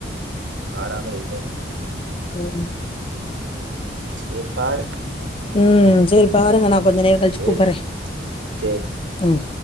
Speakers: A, on the right; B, on the left.
A: மாறாம எதுவுமே இருக்காது
B: ம்
A: ஏ பாருக்
B: ம் சேரிப் பாருங்க நா கொஞ்சோ நேர கழிச்சு
A: பேசு
B: கூப்பறே
A: சரி
B: ம்